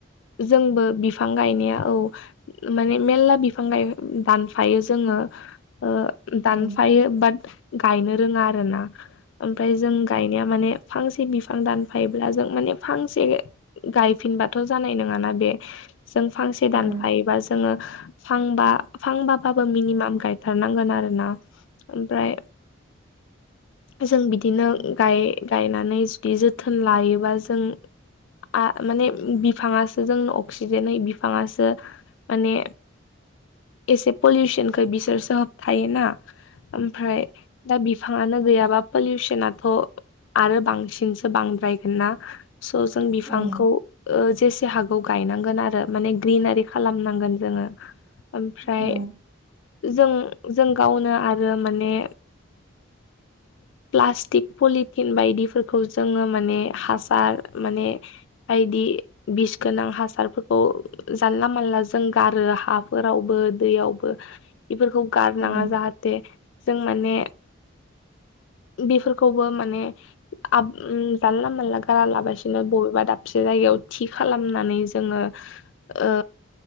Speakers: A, on the left; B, on the left.
A: जोंबो बिफां गायनाया औ माने मेलला बिफां गाय दानफायो जोङो ओ
B: औ
A: दानफायो बाट गायनो रोङा आरोना ओमफ्राय जों निया माने फांसे बिफां दानफायोब्ला जों माने फांसे गायफिनबाथ' जानाय नोङाना बे जों फांसे
B: औ
A: दानफायोबा जोङो फांबा फांबा बाबो मिनिमाम गायथारनांगोन आरोना ओमफ्राय जों बिदिनो गाम गायनानै जुदि जोथोन लायोबा जों आ माने बिफाङासो जों अक्सिजेन होयो बिफाङासो माने एसे पलिउसनखो बिसोरसो होबथायोना ओमफ्राय दा बिफाङानो गैयाबा पलिउसनाथ' आरो बांसिनसो बांद्रायगोन ना स' जों
B: औ
A: बिफांखौ ओ जेसे हागौ गायनांगोन आरो माने ग्रिनारि खालामनांगोन जोङो। ओमफ्राय
B: औ
A: जों जों गावनो आरो माने प्लास्टिक पलि थिन बायदिफोरखौ जोङो माने हासार माने बायदि बिस गोनां हासारफोरखौ जानला मानला जों गारो हाफोरावबो दैयावबो
B: <inaudible>
A: बेफोरखौ गारनाङा
B: औ
A: जाहाथे जों माने बेफोरखौबो माने जानला मानला गारा लाबासिनो बबेबा दाबसे जायगायाव थि खालामनानै जोङो ओ